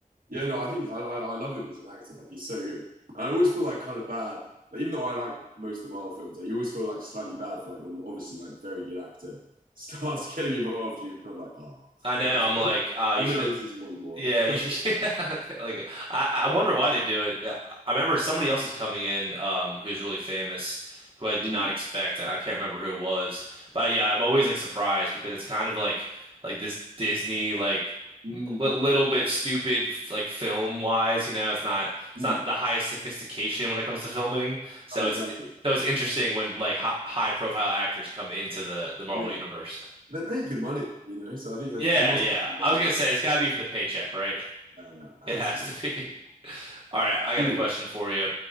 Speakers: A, on the right; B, on the right.
A: yeah. No, I think I, I I love him as an actor. Like he's so good. And I always feel like kind of bad. Like even though I like most of the Marvel films, like, you always feel like slightly bad for like when obviously like very good actor starts <laughs> getting involved, and you're kind of like, oh,
B: I know.
A: like
B: I'm like,
A: <laughs>
B: uh,
A: I
B: you
A: know
B: should.
A: this isn't what you want.
B: Yeah,
A: <laughs> It's
B: you
A: Like,
B: should. <laughs> Yeah, Like, I, I wonder why they do it. Uh, I remember somebody else is coming in, um, who's really famous, who I did
A: mm,
B: not expect. I, I can't remember who it was, but yeah, I'm always like surprised because it's kind of like like this Disney like
A: mm,
B: li little bit stupid f- like film wise. You know, it's not
A: mm.
B: it's not the highest sophistication when it comes to filming. So
A: Oh, exactly.
B: it's so it's interesting when like hi high profile actors come into the the Marvel
A: Yeah,
B: universe.
A: they're making money, you know. So I think that's,
B: Yeah,
A: it must
B: yeah.
A: just be money,
B: I was gonna
A: right?
B: say it's gotta be for the paycheck, right? <laughs>
A: Yeah, yeah, it
B: It
A: has
B: has
A: to be.
B: to be. <laughs> All right, I got
A: Cool,
B: a question for you.